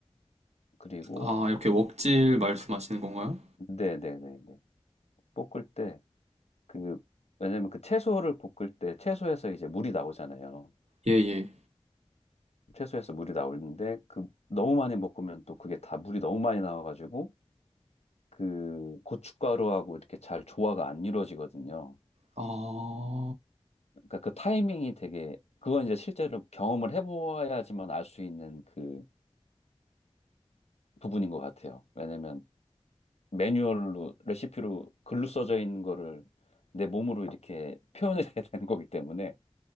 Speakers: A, on the left; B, on the right.
A: 그리고,
B: 아, 이렇게 웍질 말씀하시는 건가요?
A: 네네네네. 볶을 때, 그, 왜냐면 그 채소를 볶을 때 채소에서 이제 물이 나오잖아요.
B: 예, 예.
A: 채소에서 물이 나오는데 그 너무 많이 볶으면 또 그게 다 물이 너무 많이 나와가지고 그 고춧가루하고 이렇게 잘 조화가 안 이루어지거든요.
B: 아,
A: 그러니까 그 타이밍이 되게 그건 이제 실제로 경험을 해보아야지만 알 수 있는 그 부분인 것 같아요. 왜냐면 매뉴얼로 레시피로 글로 써져 있는 거를 내 몸으로 이렇게 표현을 <laughs> 해야 되는 거기 때문에